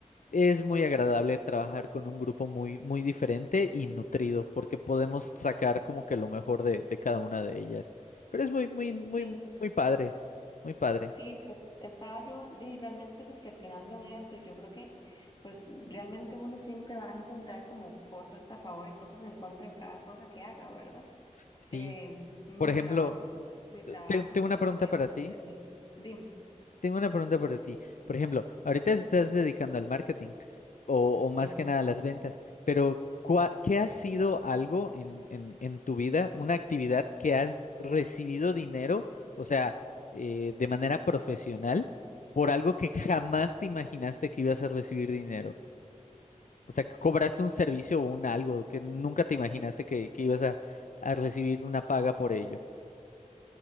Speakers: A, on the left (about 80°); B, on the left (about 35°).
A: es muy agradable trabajar con un grupo muy, muy diferente y nutrido, porque podemos sacar como que lo mejor de, de cada una de ellas. Pero es muy, muy, muy,
B: Sí,
A: muy padre, muy padre.
B: sí, pues estaba yo di- realmente reflexionando en eso y yo creo que pues realmente uno siempre va a encontrar como cosas a favor y cosas en contra en cada cosa que haga, ¿verdad?
A: Sí.
B: Eh, mi
A: Por ejemplo,
B: trabajo, mi trabajo
A: te- tengo
B: de
A: una pregunta
B: momento
A: para ti.
B: se me... Dime,
A: Tengo una pregunta para ti. Por ejemplo, ahorita estás dedicando al marketing o, o
B: sí.
A: más que nada a las ventas, pero ¿cuá- ¿qué ha sido algo en, en, en tu vida, una actividad que has recibido dinero, o sea, eh, de manera profesional, por algo que jamás te imaginaste que ibas a recibir dinero? O sea, que cobraste un servicio o un algo que nunca te imaginaste que, que ibas a, a recibir una paga por ello.